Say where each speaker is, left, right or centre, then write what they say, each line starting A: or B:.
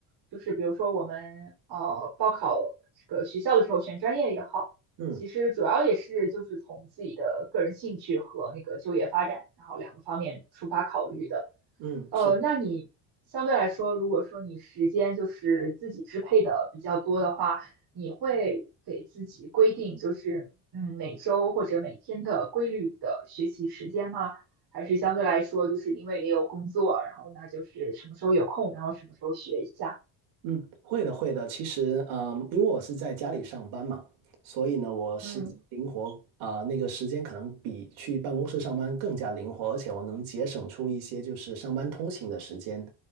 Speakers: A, on the right; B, on the right.
A: 就是比如说我们呃报考这个学校的时候选专业也好，
B: 嗯
A: 其实主要也是就是从自己的个人兴趣和那个就业发展，然后两个方面出发考虑的。
B: 嗯，
A: 呃，
B: 是，
A: 那你相对来说，如果说你时间就是自己支配的比较多的话，你会给自己规定就是嗯每周或者每天的规律的学习时间吗？还是相对来说，就是因为也有工作，然后那就是什么时候有空，然后什么时候学一下？
B: 嗯，会的会的。其实呃，因为我是在家里上班嘛，所以呢，我时间灵活啊、
A: 嗯
B: 那个时间可能比去办公室上班更加灵活，而且我能节省出一些就是上班通勤的时间。